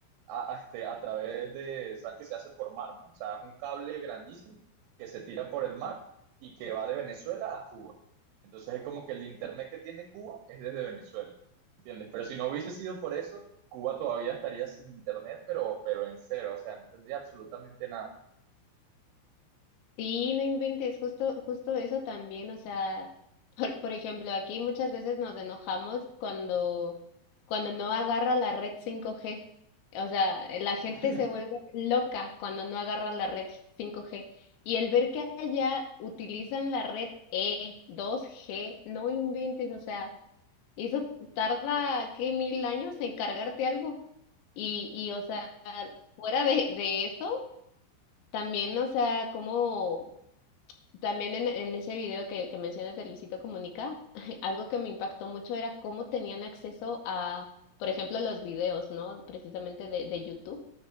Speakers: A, on the right; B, on the left.
A: a, a este, a través de, ¿sabes? Que se hace por mar, ¿no? O sea, es un cable grandísimo que se tira por el mar y que va de Venezuela a Cuba. Entonces es como que el internet que tiene Cuba es desde Venezuela, ¿entiendes? Pero si no hubiese sido por eso, Cuba todavía estaría sin internet, pero, pero en cero, o sea, no tendría absolutamente nada.
B: Sí, no inventes, justo, justo eso también, o sea, <laughs> por, por ejemplo, aquí muchas veces nos enojamos cuando, cuando no agarra la red 5G. O sea, la gente
A: <laughs>
B: se vuelve loca cuando no agarra la red 5G. Y el ver que allá utilizan la red E, 2G, no inventes, o sea, eso tarda, ¿qué, mil años en cargarte algo? Y, y o sea, fuera de, de eso, también, o sea, como también en, en ese video que, que mencionas de Luisito Comunica, <laughs> algo que me impactó mucho era cómo tenían acceso a, por ejemplo, los videos, ¿no? Precisamente de, de YouTube,